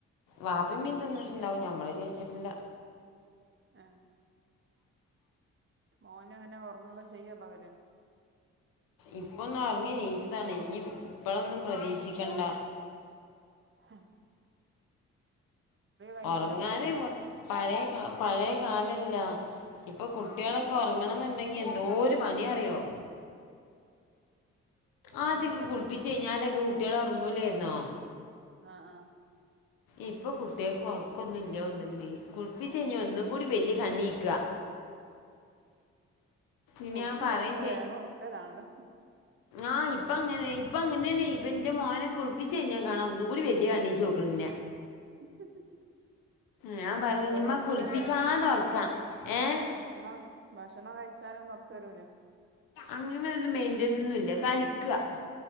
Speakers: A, on the left; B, on the right.
A: വാപ്പിമ്മി
B: ആഹ്
A: തിന്നിട്ട് ണ്ടാവും ഞമ്മള് കഴിച്ചിട്ടില്ല
B: ആഹ് മോനെങ്ങനെ ഓർങ്ങൊക്കെ ചെയ്യാ പകല്
A: ഇപ്പൊന്നൊർങ്ങി നീച്ചതാണ് ഇനി ഇപ്പളൊന്നും പ്രതീക്ഷിക്കണ്ട
B: ഹ കഴിഞ്ഞില്ലേ
A: ഒർങ്ങാന് പ പഴേ കാ പഴേകാലല്ലാ ഇപ്പൊ കുട്ട്യാളൊക്കെ ഒർങ്ങണന്നുണ്ടെങ്കി എന്തോ ഒരു പണിയാ അറിയോ
B: ഉറങ്ങൂലേ
A: ആദ്യൊക്കെ കുളിപ്പിച്ച യ്ഞ്ഞാലൊക്കെ കുട്ട്യാള് ഒർങ്ങൂലായിന്നോ
B: ആഹ് ആഹ്
A: ഇപ്പൊകുട്ട്യാക്ക് ഒർക്കൊന്നും ഇല്ല്യോന്നുണ്ട് കുളിപ്പിച്ചയ്ഞ്ഞാ ഒന്നും കൂടി വല്ല്യ കണ്ണീക്കാ ഇനി
B: കുൾപ്പിച്ചന്ന
A: ഞാൻ പറയും
B: വേഗോർക്കലാണല്ല
A: ആഹ് ഇപ്പങ്ങനെ ഇപ്പ അങ്ങനെയാണ് ഇപ്പന്റെ മോനെ കുളിപ്പിച്ചയ്ഞ്ഞാ കാണാ ഒന്നും കൂടി വല്യകണ്ണീചോക്ക്ണ്ന്നേ
B: <unintelligible>
A: ഞാൻ പറഞ്ഞു
B: എന്തൊ
A: ഇമ്മ
B: കൊഴക്കല്ലേ
A: കുളിപ്പിക്കാതെ ഉറക്കാം ഏ
B: ഭക്ഷണം ഭക്ഷണം കഴിച്ചാലൊന്നൊർ ക്കരൂലേ
A: അങ്ങനൊരു മെയിന്റന്നുല്ല കളിക്കാ